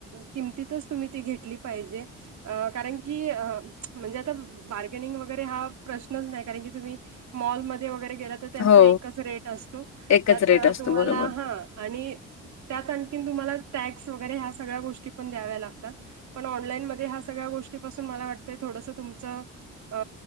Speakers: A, on the right; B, on the left.
A: किमतीतच तुम्ही ती घेतली पाहिजे अ कारण की अ म्हणजे आता बार्गेनिंग वगैरे हा प्रश्नच नाही कारण की तुम्ही मॉलमध्ये वगैरे गेला तर त्यांचा
B: हो,
A: एकच रेट असतो
B: एकच
A: त्यात
B: रेट असतो.
A: तुम्हाला
B: बरोबर.
A: हा आणि त्यात आणखीन तुम्हाला टॅक्स वगैरे हा सगळ्या गोष्टी पण द्याव्या लागतात पण ऑनलाईन मध्ये ह्या सगळ्या गोष्टी पासून मला वाटतंय थोडस तुमचं अ